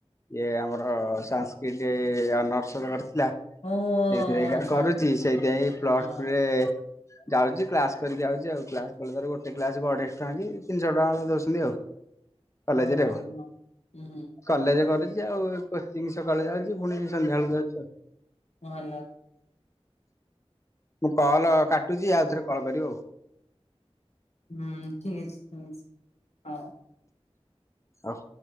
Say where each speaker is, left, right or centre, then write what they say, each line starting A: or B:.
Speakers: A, on the left (about 30°); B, on the left (about 85°).
A: ଇଏ ଆମର ସାଂସ୍କତି ଅନର୍ସର କରିଥିଲା। ସେଇଥିରେ
B: ହଁ ଓହୋ ସା
A: କରୁଛି ସେଇଥିପାଇଁ ପ୍ଲସଟୁରେ
B: ହଁ
A: ଯାଉଛି କ୍ଲାସ କରିକି ଯାଉଛି ଆଉ କ୍ଲାସ କଲେ ତାର ଗୋଟେ କ୍ଲାସ କ ଅଢେଇଶ ଟଙ୍କା କି ତିନିଶହ ଟଙ୍କା ବେଳେ ଦଉଛନ୍ତି ଆଉ। କଲେଜରେ
B: ହଁ ହଁ
A: ଆଉ
B: ହଁ ହୁଁ
A: କଲେଜ କରୁଛି ଆଉ କୋଚିଂ ସକାଳେ ଯାଉଛି ପୁଣି ସନ୍ଧ୍ୟାବେଳକୁ ଯାଉଛି ଆଉ।
B: ହଁ ଭଲ
A: ମୁଁ କଲ କାଟୁଛି ଆଉଥରେ କଲ୍ କରିବି ଆଉ।
B: ହୁଁ ଠିକ ଅଛିି ହଉ।
A: ହଁ